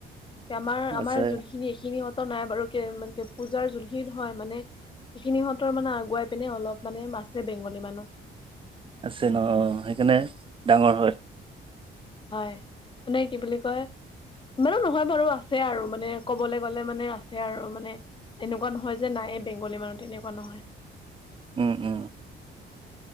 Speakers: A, on the left (about 25°); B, on the right (about 25°).
A: আমাৰ আমাৰ
B: আছে
A: যোনখিনি এইখিনি নাই বাৰু পূজাৰ যোনখিনিত হয় মানে সেইখিনিহঁতৰ মানে আগুৱাই পিনে অলপ মানে আছে বেংগলী মানুহ।
B: আছে ন', অ', সেইকাৰণে ডাঙৰ হয়।
A: হয় মানে কি বুলি কয়, ইমানো নহয় বাৰু আছে আৰু মানে ক'বলৈ গ'লে মানে আছে আৰু মানে এনেকুৱা নহয় যে নাই এই বেংগলী মানুহ তেনেকুৱা নহয়।
B: উম, উম।